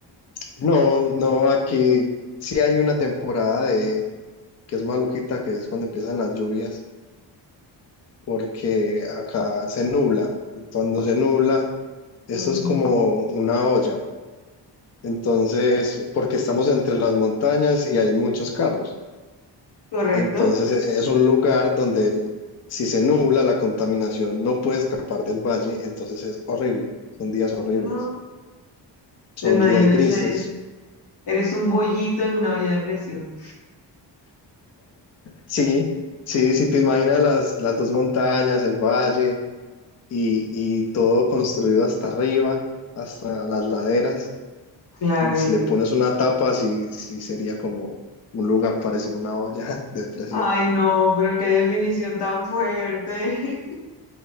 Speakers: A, on the left; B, on the left.
A: No, no, aquí sí hay una temporada de que es maluquita, que es cuando empiezan las lluvias porque acá se nubla. Cuando se nubla, esto
B: Ujú.
A: es como una olla. Entonces, porque estamos entre las montañas y hay muchos carros.
B: ¿Correcto?
A: Entonces, e- es un lugar donde el- si se nubla, la contaminación no puede escapar del valle. Entonces, es horrible. Son días horribles.
B: No,
A: Son
B: me imagino
A: días grises.
B: ese, eres un bollito en una olla de presión.
A: Sí, sí, si te imaginas las, las dos montañas, el valle y, y todo construido hasta arriba, hasta las laderas.
B: Claro,
A: Y si
B: y,
A: le pones una tapa, sí, sí sería como un lugar parecido a una olla <laughs> de presión.
B: ay, no, pero qué definición tan fuerte.